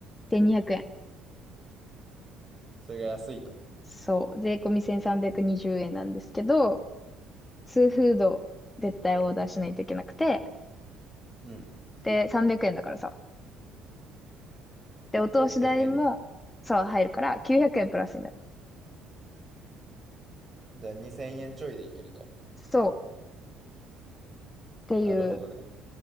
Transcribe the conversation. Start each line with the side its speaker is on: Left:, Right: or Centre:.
Left: 1200円。
Right: それが安いと。
Left: そう、税込み1320円なんですけど、ツーフード絶対オーダーしないといけなくて、
Right: うん、うん。
Left: で、300円だからさ。で、お通し代もさ、
Right: 600円。
Left: 入るから900円プラスになる。
Right: じゃあ2000円ちょいでいけると。
Left: そうっていう
Right: なるほどね。